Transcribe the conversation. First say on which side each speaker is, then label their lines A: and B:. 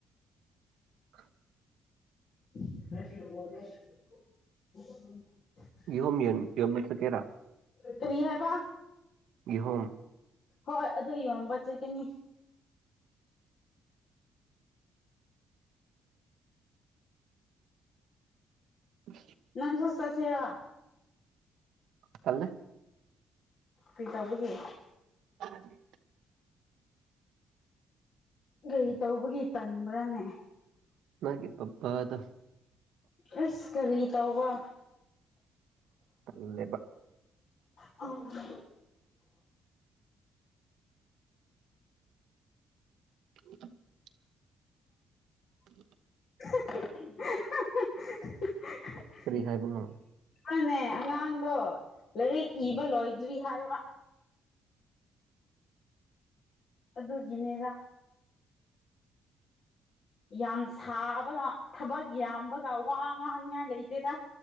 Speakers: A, on the right; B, on the left.
A: ꯑ
B: <unintelligible>
A: ꯌꯍꯝ ꯌ ꯌꯁꯣ ꯇꯦꯔꯥ
B: ꯀꯅꯤ ꯍꯥꯏꯕ
A: ꯍꯨꯝ
B: ꯍꯣꯏ ꯑꯗꯨ ꯌꯣꯟꯕ ꯆꯠꯀꯅꯤ
A: ꯎ
B: ꯅꯪ ꯁꯣꯁ ꯁꯦꯕ
A: ꯐꯜꯅꯦ
B: ꯀꯩꯆꯧꯕꯒꯦ
A: ꯑꯗꯨ
B: ꯒꯥꯔꯤ ꯇꯧꯕꯒꯤ ꯇꯟꯕ꯭ꯔꯅꯦ
A: ꯃꯥꯒꯤ ꯄꯄꯗ
B: ꯑꯦꯀꯔꯤ ꯇꯧꯕ
A: ꯑꯗꯦꯕ
B: ꯑꯣ
A: <unintelligible> ꯎ
B: <unintelligible>
A: ꯀꯔꯤ ꯍꯥꯏꯕꯅꯣ
B: ꯃꯥꯅꯦ ꯑꯉꯥꯡꯗꯣ ꯂꯥꯏꯔꯤꯛ ꯏꯕ ꯂꯣꯏꯗ꯭ꯔꯤ ꯍꯥꯏꯕ ꯑꯗꯨꯒꯤꯅꯦꯦꯔ ꯌꯥꯝ ꯁꯥꯕꯒ ꯊꯕꯛ ꯌꯥꯝꯕꯒ ꯋꯥ ꯉꯥꯡꯅꯤꯉꯥꯏ ꯂꯩꯇꯦꯗ